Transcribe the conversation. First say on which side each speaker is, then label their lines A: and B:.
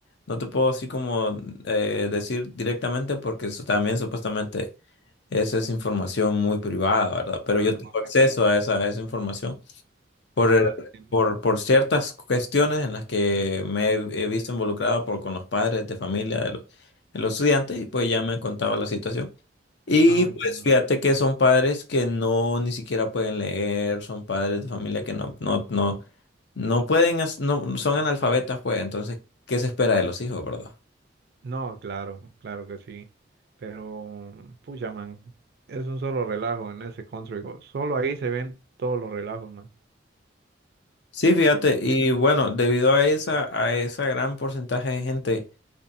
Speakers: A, on the left; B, on the right.
A: no te puedo así como eh, decir directamente porque eso también supuestamente eso es información muy privada, ¿verdad? Pero
B: Ah,
A: yo tengo
B: correcto.
A: acceso a esa, a esa información. Por,
B: Ah,
A: eh,
B: entiendo.
A: por, por ciertas cuestiones en las que me he, he visto involucrado por, con los padres de familia de los, de los estudiantes y pues ya me contaba la situación. Y
B: Ah,
A: pues
B: entiendo.
A: fíjate que son padres que no ni siquiera pueden leer, son padres de familia que no, no, no, no pueden, hac- no, son analfabetas pues, entonces, ¿qué se espera de los hijos, verdad?
B: No, claro, claro que sí. Pero, pucha, man, es un solo relajo en ese country. go- Solo ahí se ven todos los relajos, man.
A: Sí, fíjate, y bueno, debido a esa, a esa gran porcentaje de gente